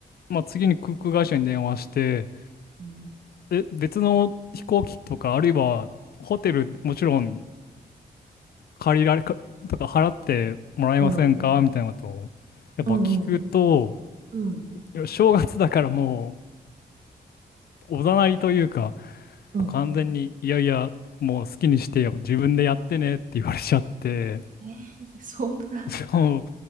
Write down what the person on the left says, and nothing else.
まあ、次に航空会社に電話して、
で、別の飛行機とか、あるいはホテル、もちろん借りられか、とか払ってもらえませんかみたいなことを、
やっぱ聞くと、
いや正月だからもうおざなりというか、
もう完全に、いやいや、もう好きにしてよ、自分でやってねって言われちゃって、
そ